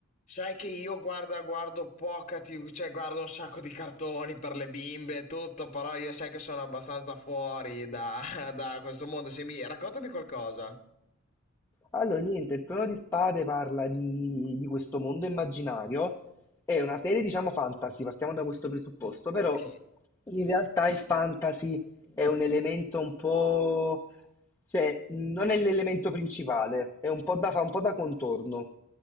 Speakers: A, on the left; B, on the left.
A: Sai che io guarda, guardo poca TV, cioè guardo un sacco di cartoni per le bimbe e tutto, però io sai che sono abbastanza fuori da, <laughs> da questo mondo. Se mi... Raccontami qualcosa.
B: Allora, niente, il Trono di Spade parla di, di questo mondo immaginario, è una serie, diciamo, fantasy, partiamo da questo presupposto, però
A: Ok.
B: in realtà il fantasy è un elemento un po'... cioè, non è l'elemento principale, è un po' da, fa un po' da contorno.